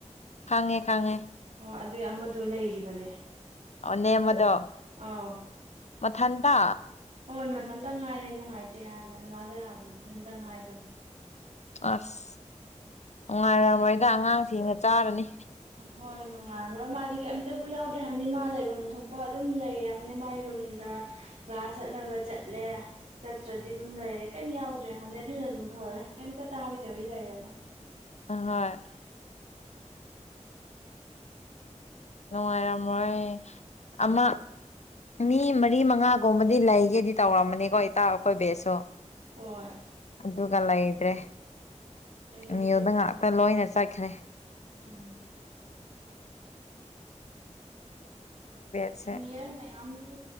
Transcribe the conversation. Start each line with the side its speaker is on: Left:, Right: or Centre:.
Left: ꯈꯥꯡꯉꯦ ꯈꯥꯡꯉꯦ
Right: ꯑꯣ ꯑꯗꯨꯏ ꯑꯃꯗꯣ ꯂꯩꯔꯤꯕꯅꯦ
Left: ꯑꯣ ꯅꯦꯝꯕꯗꯣ
Right: ꯑꯣ
Left: ꯃꯊꯟꯗ
Right: ꯍꯣꯏ ꯃꯊꯟꯇ ꯉꯥꯏꯔꯦ ꯅꯨꯡꯉꯥꯏꯇꯦ ꯍꯥꯏꯕꯅꯦ ꯃꯥꯗꯣ ꯌꯥꯝꯅ ꯃꯊꯟꯇ ꯉꯥꯏꯕꯒꯤ
Left: ꯑꯁ ꯅꯨꯡꯉꯥꯏꯔꯝꯃꯣꯏꯗ ꯑꯉꯥꯡꯁꯤꯡꯅ ꯆꯥꯔꯅꯤ
Right: ꯍꯣꯏ ꯅꯨꯡꯉꯥꯏꯔꯝꯃꯣꯏ ꯃꯥꯗꯤ ꯀꯦꯝꯇꯕꯨ ꯌꯥꯎꯗ꯭ꯔꯦ ꯍꯥꯏꯕꯅꯤ ꯃꯥ ꯂꯩꯐꯝ ꯊꯣꯛꯄ ꯑꯗꯨꯝ ꯂꯩꯔꯦ ꯍꯥꯏꯕꯅꯤ ꯃꯥꯏ ꯔꯨꯝꯗ ꯀꯂ꯭ꯥꯁ ꯆꯠꯂꯒ ꯆꯠꯂꯦ ꯆꯠꯇ꯭ꯔꯗꯤ ꯑꯗꯨꯝ ꯂꯩꯔꯦ ꯀꯦꯝ ꯌꯥꯎꯗ꯭ꯔꯦ ꯍꯥꯟꯅ ꯑꯗꯨꯅ ꯑꯗꯨꯝ ꯐꯔꯦ ꯀꯦꯝꯇ ꯇꯥꯕꯤꯗꯕꯤ ꯂꯩꯔꯒ
Left: ꯍꯣꯏ ꯅꯨꯡꯉꯥꯏꯔꯝꯃꯣꯏ ꯑꯃ ꯃꯤ ꯃꯔꯤ ꯃꯉꯥꯒꯨꯝꯕꯗꯤ ꯂꯩꯒꯦꯗꯤ ꯇꯧꯔꯝꯃꯅꯤꯀꯣ ꯏꯇꯧ ꯑꯈꯣꯏ ꯕꯦꯠꯁꯁꯨ
Right: ꯍꯣꯏ
Left: ꯑꯗꯨꯒ ꯂꯩꯇ꯭ꯔꯦ
Right: ꯂꯩꯈꯤꯗ꯭ꯔꯦ
Left: ꯑꯦꯝ ꯌꯨ
Right: ꯀꯅꯥꯝꯇ
Left: ꯉꯥꯛꯇ ꯂꯣꯏꯅ ꯆꯠꯈ꯭ꯔꯦ
Right: ꯎꯝ
Left: ꯕꯦꯠꯁꯦ
Right: ꯖꯨꯅꯤꯌꯔ ꯃꯌꯥꯝꯁꯨ